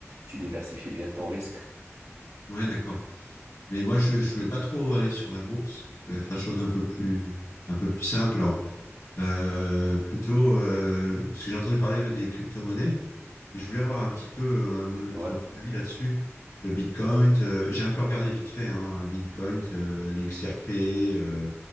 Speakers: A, on the right; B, on the left.
A: tu diversifies bien ton risque.
B: Oui, d'accord. Mais moi, je, je voulais pas trop aller sur la bourse. Je voulais faire des choses un peu plus, un peu plus simples. Euh, plutôt, euh, parce que j'ai entendu parler des crypto-monnaies et je voulais avoir un petit peu euh,
A: Ouais.
B: ton, ton avis là-dessus. Le Bitcoin, euh, j'ai un peu regardé vite fait, hein, le Bitcoin, euh, les XRP, euh,